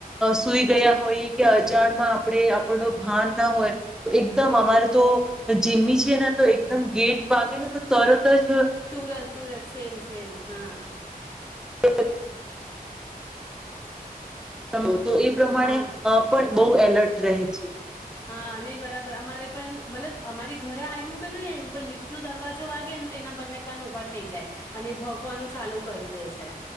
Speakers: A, in the centre; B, on the left.
A: સુઈ ગયા હોય કે અજાણમાં. આપડે આપણો ભાન ના હોય. તો એકદમ
B: હમ
A: અમારે તો એક <unintelligible> જીમી છીએ ને તો એકદમ ગેટ વાગે ને તો તરત જ
B: તુરંત તુરંત સેમ સેમ હા
A: <inaudible> હ <unintelligible> તો એ પ્રમાણે
B: હા
A: અ પણ બઉુ એલર્ટ રહે છે.
B: હા અને નઇ <unintelligible> અમારે પણ મતલબ અમારી ઘરે આવ્યું કે નહી આવ્યું પણ લિફ્ટ નો દરવાજો વાગેને તે એના બંને કાન ઉભા થઈ જાય, અને ભોકવાનું ચાલુ કરી દે છે.